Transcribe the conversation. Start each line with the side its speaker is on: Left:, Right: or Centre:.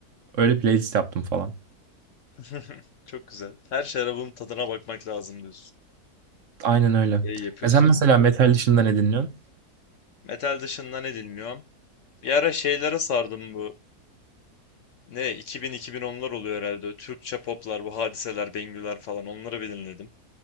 Right: Öyle playlist yaptım falan.
Left: <laughs> Çok güzel. Her şarabın tadına bakmak lazım diyorsun.
Right: Aynen öyle.
Left: İyi yapıyorsun.
Right: Ya sen mesela metal dışında ne dinliyorsun?
Left: Metal dışında ne dinliyorum? Bir ara şeylere sardım bu. Ne 2000-2010'lar oluyor herhalde. Türkçe poplar, bu hadiseler, Bengüler falan onları bir dinledim.